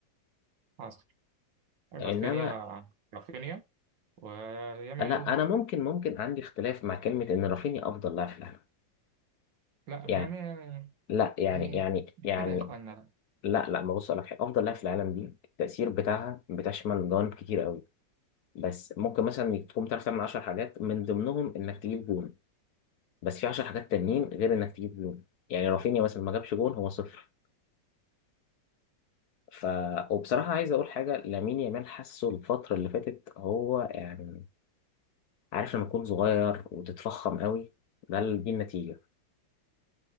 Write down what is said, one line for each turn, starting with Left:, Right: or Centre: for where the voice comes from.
Right: حاصل رافينيا
Left: انما
Right: رافينيا ويامال
Left: لا انا ممكن ممكن عندي اختلاف مع كلمه ان رافينيا افضل لاعب في العالم
Right: لا ما
Left: يعني
Right: ما-
Left: لا يعني
Right: يعني
Left: يعني
Right: مش
Left: يعني
Right: كده يا اخوانا
Left: لا لا ما بص لك حاجة أفضل لاعب في العالم دي التأثير بتاعها بتشمل جوانب كتير قوي بس ممكن مثلا تقوم تعرف تعمل 10 حاجات من ضمنهم إنك تجيب جون بس في 10 حاجات تانيين غير إنك تجيب جون يعني رافينيا مثلا ما جابش جون هو صفر ف وبصراحة عايز أقول حاجة لامين يامال حاسه الفترة اللي فاتت هو يعني عارف لما تكون صغير وتتفخم قوي ده ال- دي النتيجة